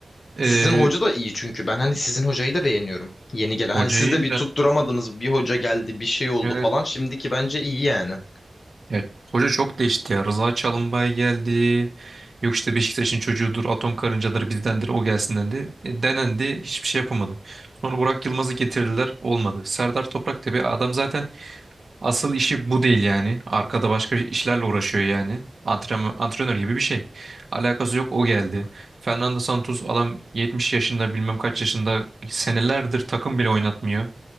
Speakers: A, on the right; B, on the left.
A: Ee,
B: Sizin hoca da iyi çünkü ben hani sizin hocayı da beğeniyorum. Yeni gelen
A: hocayı
B: hani siz de bir tutturamadınız bir hoca geldi bir şey oldu
A: Yani
B: falan şimdiki bence iyi yani.
A: ya, hoca çok değişti ya. Rıza Çalımbay geldi. Yok işte Beşiktaş'ın çocuğudur, atom karıncaları bizdendir, o gelsin dendi. E, denendi, hiçbir şey yapamadı. Sonra Burak Yılmaz'ı getirdiler, olmadı. Serdar Topraktepe adam zaten Asıl işi bu değil yani. Arkada başka işlerle uğraşıyor yani. Antrenman, antrenör gibi bir şey. Alakası yok o geldi. Fernando Santos adam 70 yaşında bilmem kaç yaşında senelerdir takım bile oynatmıyor.